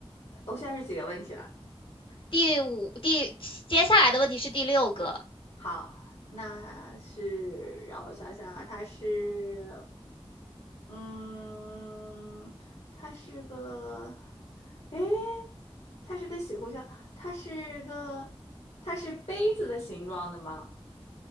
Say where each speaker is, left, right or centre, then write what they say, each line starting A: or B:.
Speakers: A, on the left; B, on the left.
A: 我现在是几个问题了？
B: 第五第接下来的问题是第六个，
A: 好，那是让我想想啊，它是，嗯，它是个，诶，它是个洗护箱，它是个，它是杯子的形状的吗？